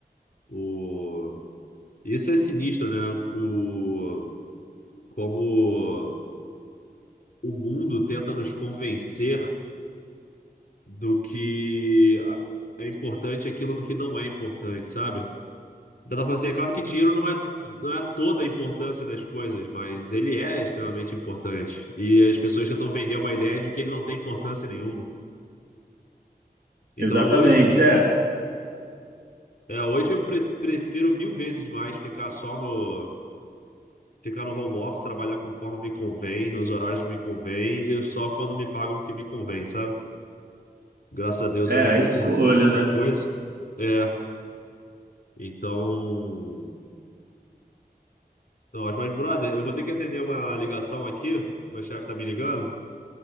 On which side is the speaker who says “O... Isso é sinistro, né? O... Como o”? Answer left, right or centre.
Left